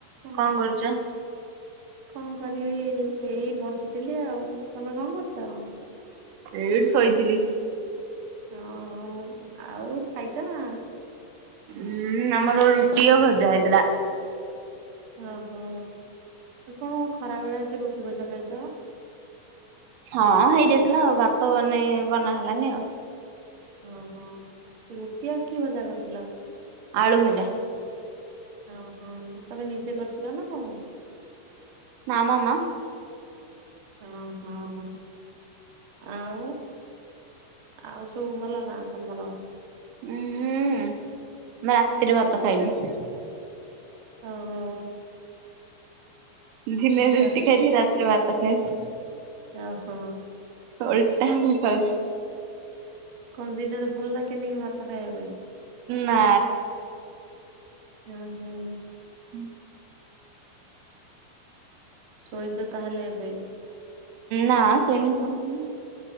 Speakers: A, on the right; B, on the right.
A: ହଁ
B: କଣ କରୁଛ?
A: କନ୍? କଣ କରିବି ଏଇ ଏଇ ବସିଥିଲି ଆଉ, ତମେ କଣ କରୁଛ?
B: ଏଇଠି ଶୋଇଥିଲି।
A: ହଁ ଆଉ ଖାଇଛ ନା?
B: ଉୁଁ ଆମର ରୁଟି ଆଉ ଭଜା ହେଇଥିଲା।
A: ଓହୋ ଆ କଣ ଖରା ବେଳେ ଆଜି ରୁଟି ଭଜା ଖାଇଛ?
B: ହଁ ହେଇଯାଇଥିଲା ଆଉ ଭାତ ବନେ ବନା ହେଲାନି ଆଉ।
A: ଓହୋ ଏ ରୁଟି ଆଉ କି ଭଜା କରିଥିଲ?
B: ଆଳୁ ଭଜା।
A: ଓହୋ ତମେ ନିଜେ କରିଥିଲ ନା କଣ?
B: ନା ମ ମା।
A: ହଁ ହଁ ଆଉ? ଆଉ ସବୁ ଭଲ ନା ତମର?
B: ଉୁଁ ହୁଁ ଆମେ ରାତିରେ ଭାତ ଖାଇବୁ।
A: ଓହୋ।
B: ଦିନେରେ
A: ରାତିରେ
B: ରୁଟି ଖାଇବି ରାତିରେ ଭାତ ଖାଇବି
A: ୟା ସହ।
B: ଓଲ୍ଟା ମୁଁ ପାଉଛି।
A: କଣ ଦିନରେ ଭଲ ଲାଗେନିକି ଭାତ ଖାଇବା ପାଇଁ?
B: ନା।
A: ହୁଁ ହୁଁ।
B: ହୁଁ।
A: ଶୋଇଛ ତାହେଲେ ଏବେ?
B: ନା ଶୋଇନି କହୁ